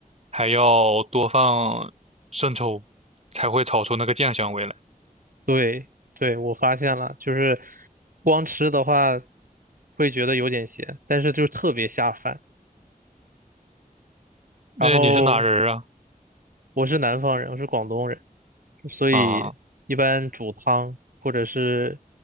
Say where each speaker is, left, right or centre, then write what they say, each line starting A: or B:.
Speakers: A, on the right; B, on the right.
A: 还要多放生抽，才会炒出那个酱香味来。
B: 对，对，我发现了，就是光吃的话会觉得有点咸，但是就特别下饭。
A: 那你是哪人儿啊？
B: 然后我是南方人，我是广东人，所以一般煮汤或者是
A: 啊，